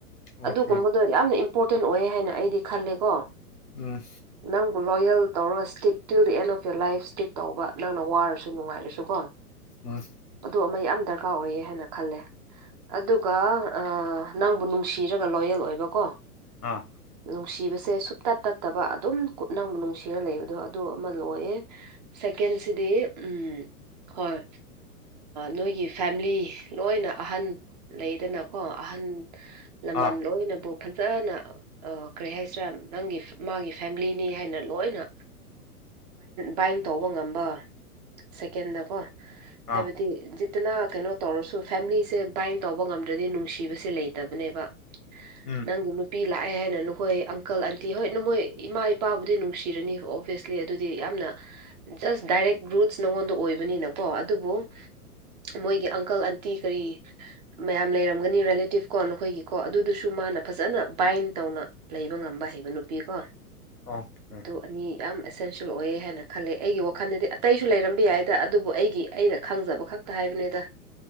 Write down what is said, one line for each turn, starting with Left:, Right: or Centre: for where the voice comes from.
Left: ꯑꯣꯀꯦ
Right: ꯑꯗꯨꯒꯨꯝꯕꯗꯣ ꯌꯥꯝꯅ ꯏꯝꯄꯣꯔꯇꯦꯟ ꯑꯣꯏ ꯍꯥꯏꯅ ꯑꯩꯗꯤ ꯈꯜꯂꯦꯀꯣ
Left: ꯎꯝ
Right: ꯅꯪꯕꯨ ꯂꯣꯌꯦꯜ ꯇꯧꯔꯒ ꯁ꯭ꯇꯤꯛ ꯇꯤꯜ ꯗꯗꯤ end of your life stick ꯇꯧꯕ ꯅꯪꯅ ꯋꯥꯔꯁꯨ ꯅꯨꯡꯉꯥꯏꯔꯁꯨ ꯀꯣ
Left: ꯎꯝ
Right: ꯑꯗꯨ ꯃ ꯌꯥꯝ ꯗꯔꯀꯥꯔ ꯑꯣꯏꯌꯦ ꯍꯥꯏꯅ ꯈꯜꯂꯦ ꯑꯗꯨꯒ ꯅꯪꯕꯨ ꯅꯨꯡꯁꯤ ꯭ꯔꯒ ꯂꯣꯌꯦꯜ ꯑꯣꯏꯕ ꯀꯣ
Left: ꯑꯥ
Right: ꯅꯨꯡꯁꯤꯕꯁꯦ ꯁꯨꯞꯇꯠ ꯇꯠꯇꯕ ꯑꯗꯨꯝ ꯀꯠꯅ ꯅꯨꯡꯁꯤꯔ ꯂꯩꯕꯗꯣ ꯑꯗꯨ ꯑꯃ ꯂꯣꯏꯌꯦ ꯀꯦꯟꯁꯤꯗꯤ ꯎꯝ ꯍꯣꯏ ꯅꯣꯏꯒꯤ ꯐꯦꯂꯤ ꯂꯣꯏꯅ ꯑꯍꯟ ꯂꯩꯗꯅꯀꯣ ꯑꯍꯟ ꯑꯍꯟ ꯂꯃꯟ
Left: ꯑꯥ
Right: ꯂꯣꯏꯅꯕꯨ ꯐ ꯐꯖꯅ ꯀꯔꯤ ꯍꯥꯏꯁꯤꯔꯥ ꯅꯪꯒꯤ ꯃꯥꯒꯤ ꯐꯦꯃꯤꯂꯤꯅꯤ ꯍꯥꯏꯅ ꯂꯣꯏꯅ ꯕꯥꯏꯟ ꯇꯧꯕ ꯉꯝꯕ ꯁꯦꯀꯦꯟꯗꯀꯣ
Left: ꯑꯥ
Right: ꯍꯥꯏꯕꯗꯤꯠ ꯐꯇꯅ ꯀꯩꯅꯣ ꯇꯧꯔꯁꯨ ꯐꯦꯃꯤꯂꯤꯁꯦ ꯕꯥꯏꯟ ꯇꯧꯕ ꯉꯝꯗ꯭ꯔꯗꯤ ꯅꯨꯡꯁꯤꯕꯁꯦ ꯂꯩꯇꯕꯅꯦꯕ
Left: ꯎꯝ
Right: ꯅꯪ ꯅꯨ ꯄꯄꯤ ꯂꯥꯛꯑꯦ ꯍꯥꯏꯅ ꯅꯈꯣꯏ ꯑꯪꯀꯜ ꯑꯟꯇꯤ ꯍꯣꯏ ꯅꯃꯣꯏ ꯏꯃꯥ ꯏꯄꯥꯕꯨꯗꯤ ꯅꯨꯡꯁꯤꯔꯅꯤ ꯑꯣꯕꯤꯌꯁꯂꯤ ꯑꯗꯨꯗꯤ ꯌꯥꯝ ꯌꯥꯝꯅ ꯖꯁ ꯗꯥꯏꯔꯦꯛ ꯔꯨꯠꯁ ꯅꯉꯣꯟꯗ ꯑꯣꯏꯕꯅꯤꯅꯀꯣ ꯑꯗꯨꯕꯨ ꯃꯣꯏꯒꯤ ꯑꯪꯀꯜ ꯑꯟꯇꯤ ꯀꯔꯤ ꯃꯌꯥꯝ ꯂꯩꯔꯝꯒꯅꯤ ꯦꯂꯦꯇꯤꯞ ꯀꯣ ꯅꯈꯣꯏꯒꯤ ꯀꯣ ꯑꯗꯨꯗꯨꯁꯨ ꯃꯥꯅ ꯐꯖꯅ ꯕꯥꯏꯟ ꯇꯧꯅ ꯂꯩꯕ ꯉꯝꯕ ꯍꯩꯕ ꯅꯨꯄꯤ ꯀꯣ
Left: ꯑꯣꯀꯦ
Right: ꯑꯗꯨ ꯑꯅꯤ ꯌꯥꯝ ꯑꯦꯁꯦꯟꯁꯤꯌꯦꯜ ꯑꯣꯏꯌꯦ ꯍꯥꯏꯅ ꯈꯜꯂꯦ ꯑꯩꯒꯤ ꯋꯥꯈꯜꯗꯗꯤ ꯑꯇꯩꯁꯨ ꯂꯩꯔꯝꯕ ꯌꯥꯏꯗ ꯑꯗꯨꯕꯨ ꯑꯩꯒꯤ ꯑꯩꯅ ꯈꯪꯖꯕ ꯈꯛꯇ ꯍꯥꯏ ꯐꯅꯦꯗ